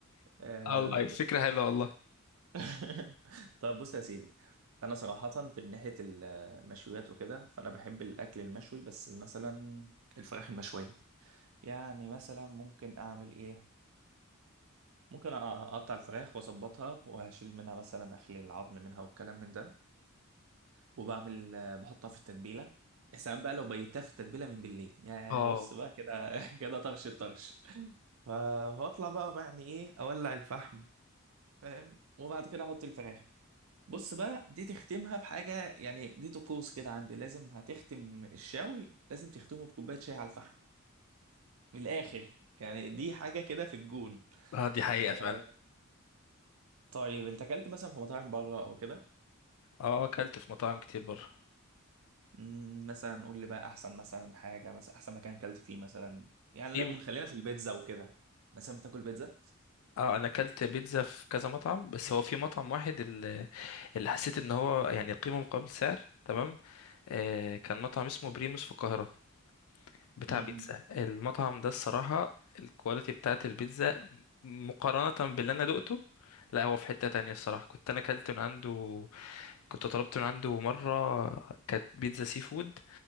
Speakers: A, on the right; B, on the left.
A: آه.
B: الله فكرة حلوة والله
A: <laughs> طب بص يا سيدي انا صراحة في ناحية ال- المشويات وكده فانا بحب الاكل المشوي بس مثلا الفراخ المشوية يعني مثلا ممكن اعمل ايه ممكن اقطع الفراخ واظبطها وهشيل منها مثلا اخلي العظم منها والكلام من ده وبعمل آه، بحطها في التتبيله يا سلام بقى لو بيتها في التتبيله من بالليل يا
B: اه
A: بص بقى كده <laughs> كده طرش الطرش فاطلع بقى بقى يعني ايه اولع الفحم فاهم وبعد كده احط الفراخ بص بقى دي تختمها بحاجه يعني دي طقوس كده عندي لازم هتختم الشاوي لازم تختمه بكوبايه شاي على الفحم من الاخر يعني دي حاجه كده في الجون
B: اه دي حقيقة
A: آه،
B: فعلا
A: طيب انت اكلت مثلا في مطاعم بره او كده
B: اه آه، اكلت في مطاعم كتير بره
A: مم، مثلا قول لي بقى احسن مثلا حاجه مثلا احسن مكان اكلت فيه مثلا يعني
B: في
A: لا يكون خلينا في البيتزا وكده مثلا بتاكل بيتزا
B: اه انا اكلت بيتزا في كذا مطعم بس هو في مطعم واحد اللي, اللي حسيت ان هو يعني قيمة مقابل سعر تمام آه كان مطعم اسمه بريموس في القاهرة بتاع
A: امم
B: بيتزا المطعم ده الصراحة الكواليتي بتاعت البيتزا مقارنة باللي انا دقته لا هو في حتة تانية الصراحة كنت انا اكلت من عنده كنت طلبت من عنده مرة كانت بيتزا سي فود